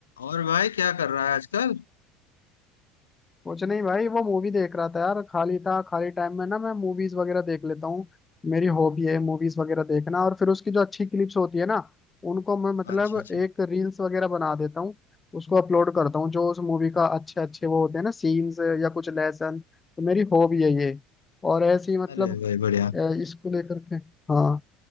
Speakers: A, on the left (about 85°); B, on the left (about 25°).
A: और भाई क्या कर रहा है आजकल
B: कुछ नहीं भाई वो मूवी देख रहा था यार खाली था खाली टाइम में ना मैं मूवीज वगैरह देख लेता हूँ मेरी हॉबी है मूवीज वगैरह देखना और फिर उसकी जो अच्छी क्लिप्स होती है ना उनको मैं मतलब
A: अच्छा अच्छा
B: एक रील्स वगैरह बना देता हूँ उसको अपलोड करता हूँ जो उस मूवी का अच्छे अच्छे वो होते हैं ना सीन्स या कुछ लेसन तो मेरी हॉबी है ये और ऐसी मतलब
A: अरे भाई बढ़िया
B: अ, इसको लेकर के हाँ